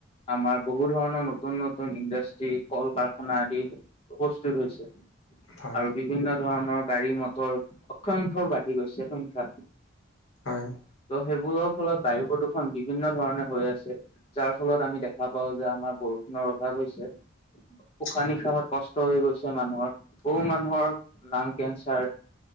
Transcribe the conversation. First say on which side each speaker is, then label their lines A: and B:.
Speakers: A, on the left; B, on the left.
A: আমাৰ বহু ধৰণৰ নতুন নতুন ইণ্ডাষ্ট্ৰি, কল কাৰখানা আদি প্ৰস্তুত হৈছে।
B: হয়
A: আৰু বিভিন্ন ধৰণৰ গাড়ী মটৰ, অসংখ্য বাঢ়ি গৈছে সংখ্যা।
B: হয়
A: ত' সেইবোৰৰ ফলত বায়ু প্ৰদূষণ বিভিন্ন ধৰণে হৈ আছে। যাৰ ফলত আমি দেখা পাওঁ যে আমাৰ বৰষুণৰ অভাৱ হৈছে। উশাহ
B: হয়
A: নিশাহত কষ্ট হৈ গৈছে মানুহৰ। বহু
B: হয়
A: মানুহৰ লাং কেঞ্চাৰ